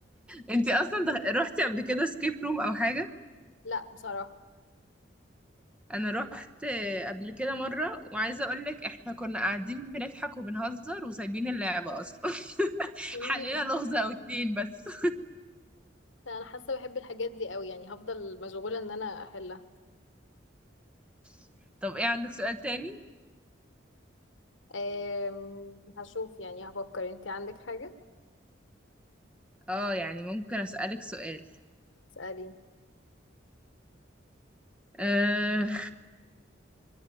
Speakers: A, in the centre; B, on the left.
A: انتي اصلا دخ- روحتي قبل كده سكيب روم او حاجة
B: لا بصراحة
A: انا رحت قبل كده مره وعايزه اقول لك احنا كنا قاعدين بنضحك وبنهزر وسايبين اللعبه اصلا <laughs>
B: يمكن
A: حلينا لغزه او اتنين بس
B: لا أنا حاسة بحب الحاجات دي قوي يعني هفضل مشغولة إن أنا أحلها
A: <laughs> طب ايه عندك سؤال تاني
B: أم... هشوف يعني هفكر انتي عندك حاجة
A: اه يعني ممكن اسالك سؤال
B: اسأليني
A: أه